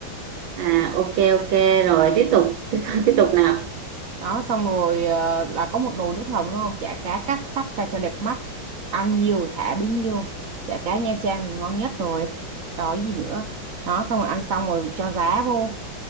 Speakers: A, on the right; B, on the right.
A: À ok ok rồi
B: ừ.
A: tiếp tục tiếp, tục- tiếp tục nào.
B: đó xong rồi ờ, là có một nồi nước hầm đúng không chả cá cắt sắc ra cho đẹp mắt ăn nhiều thả bấy nhiêu chả cá Nha Trang thì ngon nhất rồi đó gì nữa đó xong rồi ăn xong rồi cho giá vô